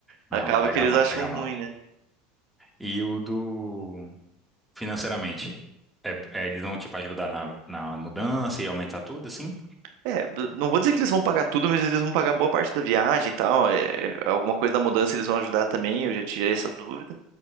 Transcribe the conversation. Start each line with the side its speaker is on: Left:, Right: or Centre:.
Centre: Não,
Right: acaba
Centre: pega
Right: que eles
Centre: mal,
Right: acham
Centre: pega
Right: ruim,
Centre: mal.
Right: né?
Centre: E o do. Financeiramente, é- é, eles vão, tipo, ajudar na, na mudança e aumentar tudo, assim?
Right: É, b- não vou dizer que eles vão pagar tudo, mas eles vão pagar boa parte da viagem e tal. É, é, alguma coisa da mudança eles vão ajudar também, eu já tirei essa dúvida.